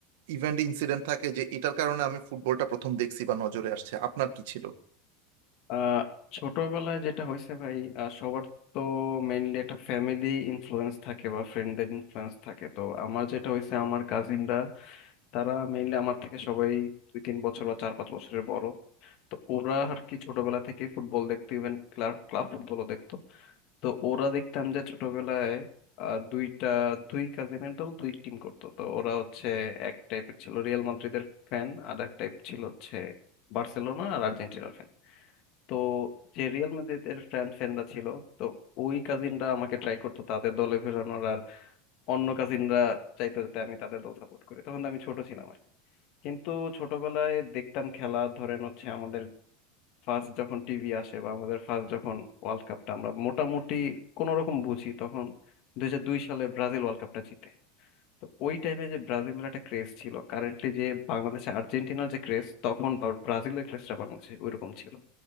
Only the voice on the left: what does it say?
আহ ছোটবেলায় যেটা হয়েছে ভাই আহ, সবার তো মেইনলি একটা ফ্যামিলি ইনফ্লুয়েন্স থাকে বা ফ্রেন্ডদের ইনফ্লুয়েন্স থাকে তো আমার যেটা হয়েছে আমার কাজিনরা তারা মেইনলি আমার থেকে সবাই দুই তিন বছর বা চার পাঁচ বছরের বড় তো ওরা আর কি ছোটবেলা থেকেই ফুটবল দেখতো ইভেন ক্লাব ক্লাব ফুটবলও দেখতো তো ওরা দেখতাম যে ছোটবেলায় আহ, দুইটা দুই কাজিনের দল দুই টিম করতো তো ওরা হচ্ছে এক টাইপের ছিল রিয়াল মাদ্রিদের ফ্যান আর এক টাইপ ছিল হচ্ছে বার্সেলোনা আর আর্জেন্টিনার ফ্যান তো যে রিয়াল মাদ্রিদের ফ্যান ফ্যানরা ছিল তো ওই কাজিনরা আমাকে ট্রাই করতো তাদের দলে ফেরানোর আর অন্য কাজিনরা চাইতো যাতে আমি তাদের দল সাপোর্ট করি তখন তো আমি ছোট ছিলাম আর কি। কিন্তু ছোটবেলায় দেখতাম খেলা ধরেন হচ্ছে আমাদের ফার্স্ট যখন টিভি আসে বা আমাদের ফার্স্ট যখন ওয়ার্ল্ড কাপটা আমরা মোটামুটি কোন রকম বুঝি তখন দুই হাজার দুই সালে ব্রাজিল ওয়ার্ল্ড কাপটা জিতে তো ওই টাইমে যে ব্রাজিলের একটা ক্রেজ ছিল কারেন্টলি যে বাংলাদেশে আর্জেন্টিনার যে ক্রেজ তখন বা- ব্রাজিলের ক্রেজটা বাংলাদেশে ওইরকম ছিল